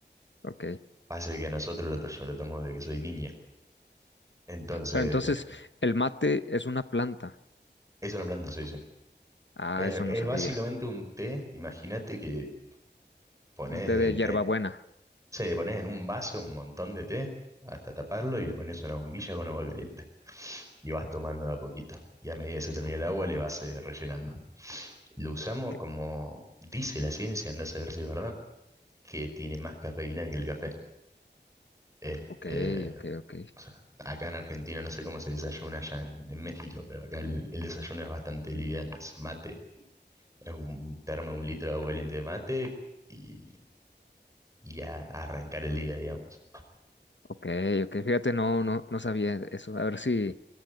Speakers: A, on the left; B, on the right.
A: ok.
B: Pasa que a nosotros lo, to- yo lo tomo desde que soy niño. Entonces,
A: Pero entonces, el mate es una planta.
B: es una planta, sí, sí.
A: Ah,
B: Es,
A: eso
B: es
A: no sabía.
B: básicamente un té, imagínate que pones
A: Un té de hierbabuena.
B: Sí, le pones en un vaso un montón de té hasta taparlo y le pones una bombilla con agua caliente. Y vas tomando de a poquito. Y a medida que se termine el agua, le vas eh, rellenando. Lo usamos
A: Que-
B: como dice la ciencia, andás a ver si es verdad, que tiene más cafeína que el café. Este,
A: Ok, ok, ok.
B: o sea, acá en Argentina no sé cómo se desayuna allá en, en México, pero acá el, el desayuno es bastante liviano. Es mate, es un termo, de un litro de agua caliente de mate y, y a a arrancar el día, digamos.
A: Ok, ok, fíjate, no, no, no sabía eso. A ver si,